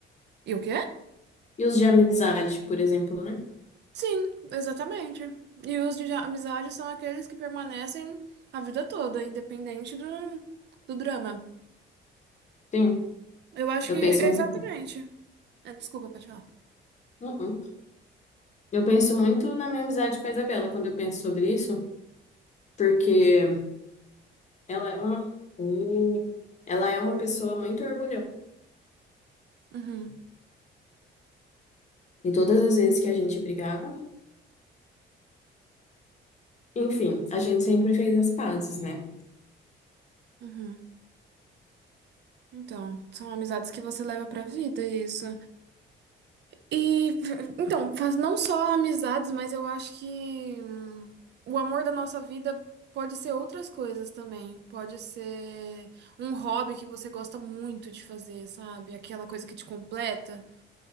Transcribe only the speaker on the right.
E o quê?
Sim, exatamente. E os de ja- amizade são aqueles que permanecem a vida toda, independente do, do drama.
Eu acho
que, exatamente.
É, Desculpa, pode falar.
Uhum,
uhum. Então, são amizades que você leva pra vida, isso. E, f- então, faz não só amizades, mas eu acho que hum, o amor da nossa vida pode ser outras coisas também. Pode ser um hobby que você gosta muito de fazer, sabe? Aquela coisa que te completa.